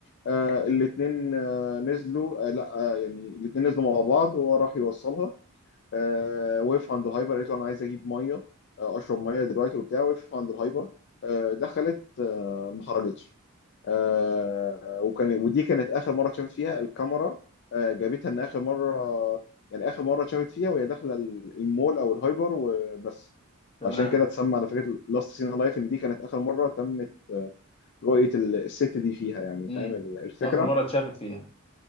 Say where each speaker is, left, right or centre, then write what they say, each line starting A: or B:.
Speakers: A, on the left; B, on the left.
A: آه الاتنين آه نزلوا آه لا آه يعني الاتنين نزلوا مع بعض وهو راح يوصلها آه وقف عند الهايبر قالت له انا عايز اجيب ميه آه اشرب ميه دلوقتي وبتاع وقف عند الهايبر آه دخلت آه ما خرجتش آه وكان ودي كانت اخر مره اتشافت فيها الكاميرا آه جابتها ان اخر مره يعني اخر مره اتشافت فيها وهي داخله ال- المول او الهايبر وبس
B: تمام
A: عشان كده اتسمى على فكره لاست سين لايف ان دي كانت اخر مره تمت آه، رؤيه ال- الست دي فيها يعني
B: امم
A: فاهم ال- الفكره
B: اخر مره اتشافت فيها